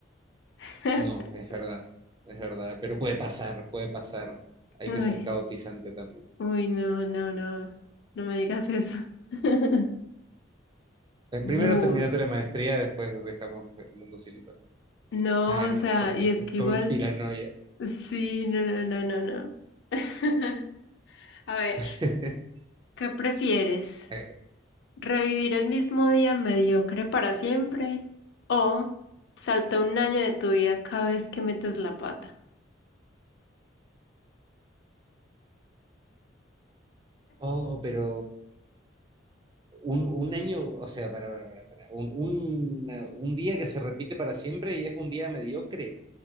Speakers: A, on the left; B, on the right.
A: <laughs>
B: No, es verdad, es verdad. Pero puede pasar, puede pasar. Hay
A: Uy,
B: que ser caotizante también.
A: uy, no, no, no. No me digas eso. <laughs>
B: Eh, Primero
A: Bull.
B: terminate la maestría, después dejamos el mundo sin internet.
A: No,
B: Ah, no,
A: o sea,
B: porque
A: y es que
B: conspiranoia.
A: igual. Sí, no, no, no, no, no. <laughs> A ver,
B: <laughs>
A: ¿qué prefieres?
B: Hágale.
A: Revivir el mismo día mediocre para siempre o salta un año de tu vida cada vez que metes la pata.
B: Oh, pero un, un año, o sea, para, para, para, para, Un, una- un día que se repite para siempre y es un día mediocre.